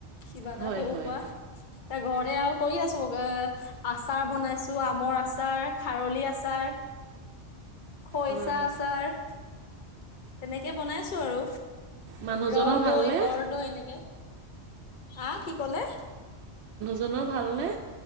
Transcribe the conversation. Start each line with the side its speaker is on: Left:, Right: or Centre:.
Left: কিবা এটা
Right: হয়
Left: সৰু-সুৰা।
Right: হয়
Left: ইটা ঘৰে আৰু কৰি আছো এ আচাৰ বনাইছো আম মৰ আচাৰ, খাৰলি আচাৰ, খৰিচা
Right: হয়
Left: আচাৰ তেনেকে বনাইছো আৰু।
Right: মানুহজনৰ
Left: ৰসদৈ,
Right: ভালনে?
Left: কৰদৈ এনেকে হা কি কলে?
Right: জনৰ ভালনে?